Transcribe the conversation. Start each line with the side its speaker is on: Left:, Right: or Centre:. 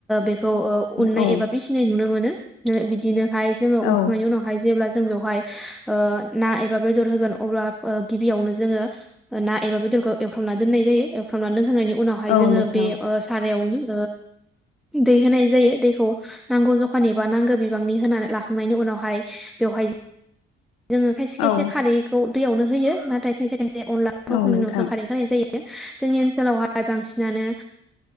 Centre: बे खौ ओ उननाय
Left: औ
Centre: एबा फिसिनाय नुनो मोनो। बिदिनो फाय जोङो
Left: औ
Centre: उनखांनायनि उनावहाय जेब्ला जों बेयावहाय ना एबा बेदर होगोन अब्ला गिबियावनो जोङो ना एबा बेदरखौ एवफ्रामनानै दोननाय जायो एवफ्रानानै दोखांनायनि उनावहाय
Left: औ
Centre: जोङो
Left: नोंथां
Centre: बे सारायावनो दै होनाय जायो दैखौ नांगौ जखानि एबा नांगौ बिबांनि होना लाखांनायनि उनावहाय बेवहाय जोङो खायसे खायसे
Left: औ
Centre: खारैखौ दैयावनो होयो नाथाय खायसे खायसे अनलाखौ
Left: औ
Centre: होखांनायनि
Left: नोंथां
Centre: उनावसो खारै होनाय जायो जोंनि ओनसोलावहाय बांसिनानो